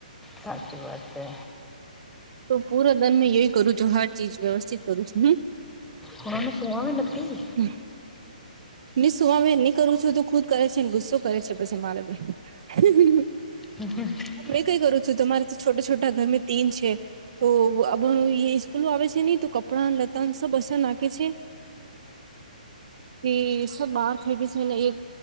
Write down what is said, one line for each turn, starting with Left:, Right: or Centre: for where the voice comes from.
Centre: સાચી વાત એ
Right: તો પૂરા દન મે યહી કરું છું હર ચીજ વ્યવસ્થિત કરું છુ હું
Centre: હને સુંવાવી નતી.
Right: હમ ની સુવાવે ની કરું છું તો ખુદ કહે છે ગુસ્સો કરે છે પછી મારેપે <unintelligible>
Centre: <unintelligible>
Right: મેં કઈ કરું છું તમારે તો છોટા છોટા ઘર મેં તીન છે. તો અભ સ્કૂલો આવે છે નહી તો કપડાં લતણ સબ હશ નાખે છે. કે સબ બાર ફેકે છે ને એક